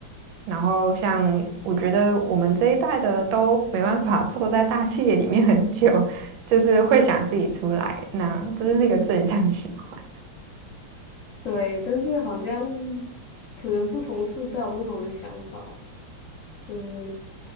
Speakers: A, on the right (about 80°); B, on the left (about 85°).
A: 然后像我觉得我们这一代的都没办法坐在大企业里面很久，就是会想自己出来，那这就是一个正向循环。
B: 对，但是好像可能不同世代有不同的想法吧就是。